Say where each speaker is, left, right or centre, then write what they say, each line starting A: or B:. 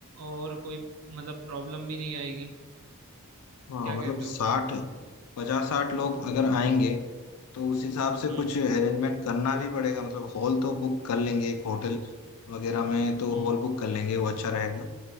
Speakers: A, on the right (about 70°); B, on the left (about 75°).
A: और कोई मतलब प्रॉब्लम भी नहीं आएगी
B: हाँ
A: क्या
B: मतलब
A: कहते
B: साठ
A: हो
B: पचास साठ लोग अगर आएंगे तो उस हिसाब से
A: हम्म
B: कुछ
A: हम्म
B: अरेंजमेंट करना भी पड़ेगा मतलब हॉल तो बुक कर लेंगे एक होटल वगैरह में तो
A: हम्म,
B: हॉल बुक कर लेंगे वो अच्छा रहेगा